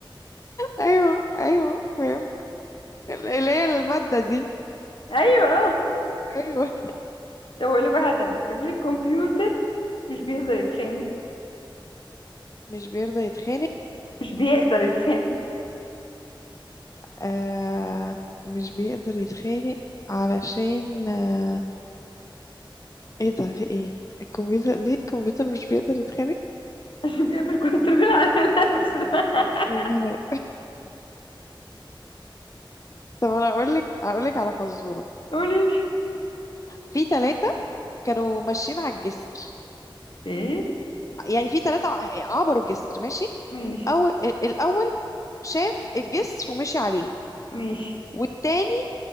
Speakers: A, on the left; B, on the left.
A: أيوه أيوه فاهم اللي هي المادة دي
B: ايوه اه
A: أيوه
B: طب اقول لك واحده تانية طب ليه الكمبيوتر مش بيقدر يتخانق
A: مش بيرضى يتخانق
B: مش بيقدر يتخانق
A: آه مش بيقدر يتخانق علشان آه ايه ده في ايه الكمبيوتر ليه الكمبيوتر مش بيقدر يتخانق
B: <laughs> عشان بيعمل كنترول على نفسه <laughs>
A: يا نهار طب انا اقول لك اقول لك على فزوره
B: قولي لي
A: في ثلاثه كانوا ماشيين على الجسر
B: ايه
A: يعني في ثلاثه عبروا الجسر ماشي
B: ماشي
A: او ال- الاول شاف الجسر ومشي عليه
B: ماشي
A: والتاني